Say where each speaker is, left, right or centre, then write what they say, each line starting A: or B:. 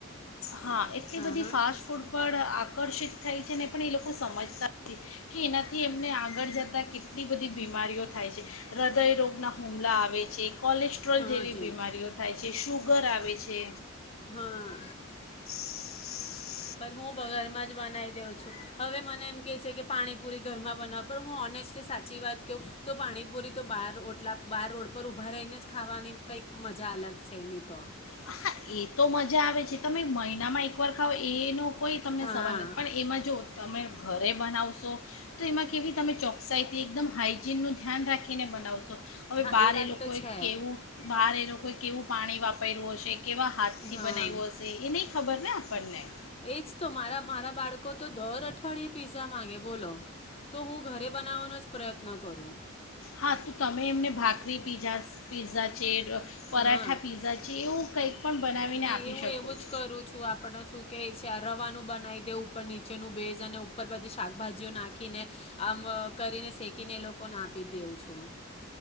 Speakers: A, on the left; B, on the left.
A: હા એટલી
B: હા
A: બધી
B: હા
A: ફાસ્ટ ફૂડ પણ આપ આકર્ષિત થાય છે ને પણ એ લોકો સમજતા નથી કે એનાથી એમને આગળ જતાં કેટલી બધી બીમારીઓ થાય છે હૃદયરોગના હુમલા આવે છે કોલેસ્ટ્રોલ
B: હા
A: જેવી
B: જી
A: બીમારીઓ થાય છે શું ઘર આવે છે
B: હા
A: <inaudible>
B: પણ હું ઘરમાં જ બનાવી દઉં છું હવે મને એમ કેહે છે કે પાણીપુરી ઘરમાં બનાવ પણ હું ઓનેસ્ટલી સાચી વાત કહું તો પાણીપુરી તો બાર ઓટલા બાર રોડ પર ઊભા રહીને જ ખાવાની કંઈક મજા અલગ છે એની તો
A: હા એ તો મજા આવે છે તમે મહિનામાં એક વાર ખાવ એનું કોઈ તમને
B: હા
A: સવાલ નથી પણ એમાં જો તમે ઘરે બનાવશો તો એમાં કેવી તમે ચોકસાઈથી એકદમ હાાઈજીનનું ધ્યાન રાખીને બનાવશો હવે
B: હા
A: બહાર
B: વાત
A: એ લોકોએ
B: તો છે
A: કેવું બાર એ લોકો કેવું પાણી વાપર પૈરવોશેષ કેવા હાથથી
B: હા
A: બનાવ્યું હશે એ નહીં ખબર ને પડનેં
B: એજ તો મારા મારા બાળકો તો દર અઠવાડિયે પિઝા માંગે બોલો તો હું ઘરે બનાવવાનો જ પ્રયત્ન કરું
A: હા તો તમે એમને ભાખરી પીઝા પીઝા છે પરાઠા
B: હા
A: પીઝા છે એવું કંઈક પણ બનાવીને
B: નહી
A: આપી
B: હું
A: શકો
B: એવું
A: છો
B: જ કરું છું આપડ શું કે છે રવાનું બનાવી દેવું ઉપર નીચેનું ભેઝ અને ઉપર બધી શાકભાજીઓ નાખીને આમ કરીને શેકીને એ લોકોને આપી દેઉું છું